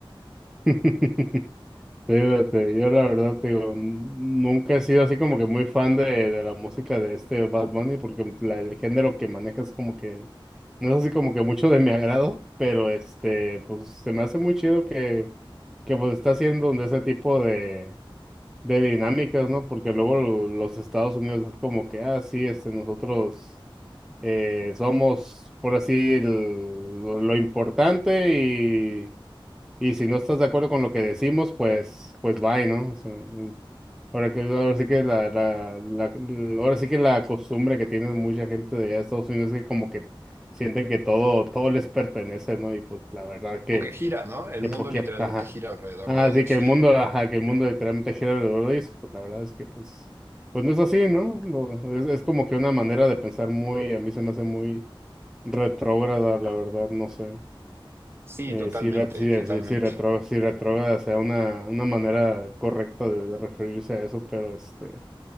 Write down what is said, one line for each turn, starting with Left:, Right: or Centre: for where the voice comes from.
Centre: <laughs> Fíjate, yo la verdad te digo, n- nunca he sido así como que muy fan de, de la música de este Bad Bunny, porque la- el género que maneja es como que, no es así como que mucho de mi agrado, pero este, pues se me hace muy chido que, que pues está haciendo de ese tipo de, de dinámicas, ¿no? Porque luego lo- los Estados Unidos es como que, ah, sí, este, nosotros. Eh, somos, por así, el- lo, lo importante y, y si no estás de acuerdo con lo que decimos, pues, pues bye, ¿no? O sea, mm, ahora que, ahora sí que la, la, la- ahora sí que la costumbre que tiene mucha gente de allá de Estados Unidos es que como que sienten que todo, todo les pertenece, ¿no? Y pues la verdad que
Right: O que gira, ¿no? El
Centre: que
Right: mundo
Centre: pues, que,
Right: literalmente
Centre: ajá.
Right: gira alrededor
Centre: Así
Right: de ellos.
Centre: que el mundo, ajá, que el mundo literalmente gira alrededor de eso, pues la verdad es que pues, pues no es así, ¿no? Lo- es, es como que una manera de pensar muy, a mí se me hace muy retrógrada, la verdad, no sé.
Right: Sí,
Centre: Eh,
Right: totalmente,
Centre: si, re- si,
Right: totalmente.
Centre: si, si retro- si retrógrada sea una, una manera correcta de, de referirse a eso, pero este,